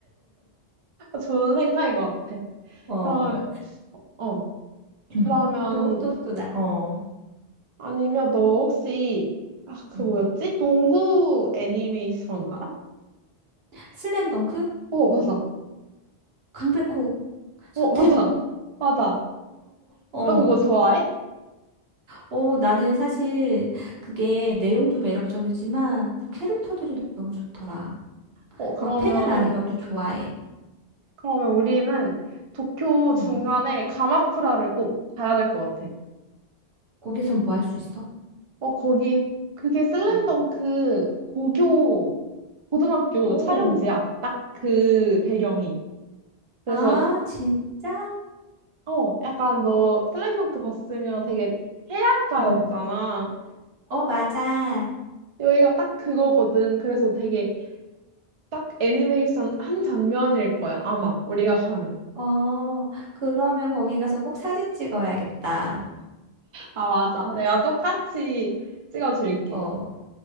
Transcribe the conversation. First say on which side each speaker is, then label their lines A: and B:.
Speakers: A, on the right (about 45°); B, on the right (about 70°).
A: 좋은 생각인 것 같아.
B: 어.
A: 그럼, 어,
B: <clears throat>
A: 그러면
B: 또, 또, 또, 나, 어.
A: 아니면 너 혹시 아, 그
B: 음.
A: 뭐였지? 농구 애니메이션 알아?
B: 슬램덩크?
A: 어, 맞아.
B: 강백호, 서태웅.
A: 어, 맞아. 맞아.
B: 어,
A: 너 그거 좋아해?
B: 어, 나는 사실 그게 내용도 매력적이지만 그 캐릭터들이 너무 좋더라.
A: 어, 그러면
B: 막 팬은 아니어도
A: 응.
B: 좋아해.
A: 그러면 우리는 도쿄 중간에
B: 응.
A: 가마쿠라를 꼭 가야 될 것 같아.
B: 거기선 뭐 할 수 있어?
A: 어, 거기 그게 슬램덩크
B: 어.
A: 고교 고등학교
B: 오.
A: 촬영지야. 딱 그 배경이. 그래서
B: 아,
A: 그,
B: 진짜?
A: 어, 약간 너 슬램덩크 봤으면 되게 해안가였잖아.
B: 응. 어, 맞아.
A: 여기가 딱 그거거든. 그래서 되게 딱 애니메이션 한 장면일 거야. 아마 우리가 가면.
B: 어, 그러면 거기 가서 꼭 사진 찍어야겠다.
A: 아, 맞아. 내가 똑같이 찍어줄게.
B: 어.